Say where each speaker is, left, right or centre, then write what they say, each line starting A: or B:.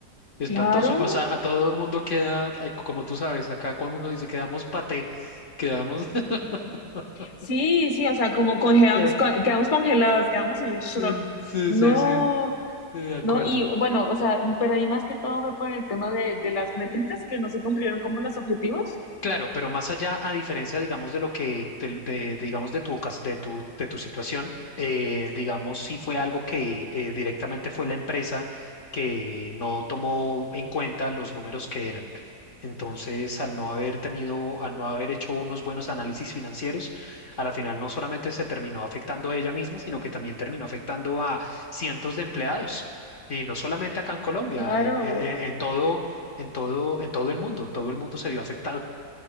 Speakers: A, on the left; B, on the left.
A: Espantoso.
B: claro.
A: O sea, a todo el mundo queda, ay, como tú sabes, acá cuando uno dice quedamos paté, quedamos. <laughs>
B: Sí, sí, o sea, como congelamos,
A: Sí,
B: con- quedamos congelados, quedamos en shock.
A: sí, sí,
B: No,
A: sí, sí, de acuerdo.
B: no, y bueno, o sea, pero ahí más que todo fue por el tema de, de las métricas que no se cumplieron como los objetivos.
A: Claro, pero más allá, a diferencia, digamos, de lo que, del- de, de, digamos, de tu, ocas- de tu, de tu situación, eh, digamos, sí fue algo que eh, directamente fue la empresa que no tomó en cuenta los números que eran. Entonces, al no haber tenido, al no haber hecho unos buenos análisis financieros, a la final no solamente se terminó afectando a ella misma, sino que también terminó afectando a cientos de empleados. Y no solamente acá en Colombia,
B: Claro,
A: en, en en- en todo, en todo, en todo el mundo, todo el mundo se vio afectado.